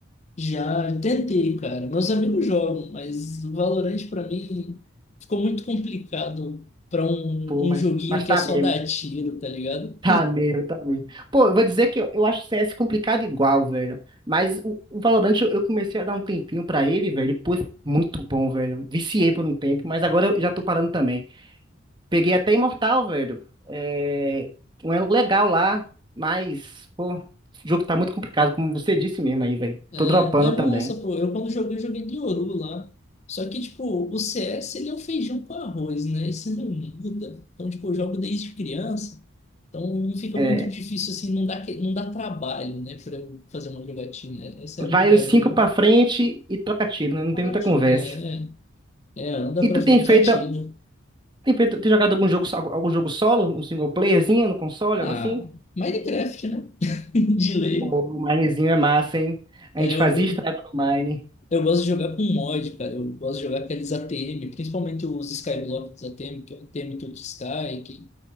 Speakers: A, on the left; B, on the right.
A: Já tentei, cara. Meus amigos jogam, mas o Valorant pra mim ficou muito complicado pra um,
B: Pô, mas,
A: um joguinho
B: mas
A: que
B: tá
A: é só
B: mesmo.
A: dar
B: <laughs>
A: tiro, tá ligado?
B: Tá mesmo, tá mesmo. Pô, eu vou dizer que eu, eu acho o CS complicado igual, velho. Mas o, o Valorant eu, eu comecei a dar um tempinho pra ele, velho. E, pô, muito bom, velho. Viciei por um tempo, mas agora eu já tô parando também. Peguei até Imortal, velho. É, um elo legal lá, mas, pô, esse jogo tá muito complicado, como você disse mesmo aí, velho.
A: É,
B: Tô dropando
A: é massa,
B: também.
A: pô. Eu quando joguei, joguei de Yoru lá. Só que, tipo, o CS, ele é um feijão com arroz, né? Isso não muda. Então, tipo, eu jogo desde criança. Então, não fica
B: É,
A: muito difícil, assim, não dá, que- não dá trabalho, né? Pra eu fazer uma jogatina. Essa é a verdade,
B: vai os cinco
A: né?
B: pra frente e troca tiro, né? Não
A: Valorant
B: tem muita conversa.
A: não gosta. É, é, anda
B: E
A: pra
B: tu
A: frente
B: tem feito,
A: e atira.
B: tem feito, tem jogado algum jogo, so- algum jogo solo, um single playerzinho no console,
A: Ah,
B: algo assim?
A: Minecraft, né? <laughs> De lei.
B: Pô, o Minezinho é massa, hein? A
A: É,
B: gente
A: eu,
B: fazia
A: eu,
B: estrada no Mine.
A: eu gosto de jogar com mod, cara. Eu gosto de jogar aqueles ATM, principalmente os Skyblocks ATM, que é o ATM to Sky, que,